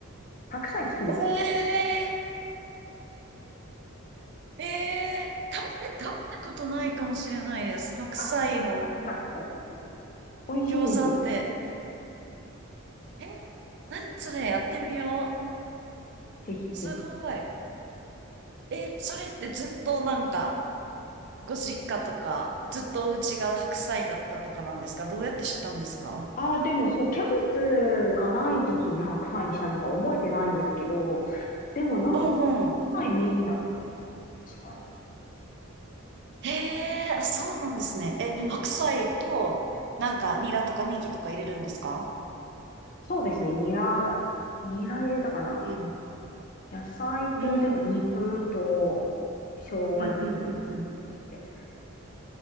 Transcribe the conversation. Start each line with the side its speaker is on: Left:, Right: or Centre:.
Left: 白菜好きです。
Right: えー、えー、食べ、食べたことないかもしれないです。白菜の
Left: あ、白菜ね。美味しいですよ。
Right: 餃子って。えー、何それやってみよう。
Left: ぜひぜひ。
Right: すごい。え、それってずっとなんか、ご実家とか、ずっとお家が白菜だったとかなんですかどうやって知ったんですか
Left: ああ、でもそう、キャベツがない時期に白菜にしたのか覚えてないんですけど、でもなんか白菜メインだった気がする。
Right: うんうん。
Left: 確か。
Right: へえ、あ、そうなんですね。え、
Left: うんうん。
Right: 白菜と、なんか、
Left: うん
Right: ニラとかネギとか入れるんですか
Left: そうですね、ニラ、ニラ入れたかな。
Right: うん。
Left: 野菜と、
Right: うん、うん、
Left: でも肉と、生姜肉とみたいな感じで。
Right: うん、うん、うん。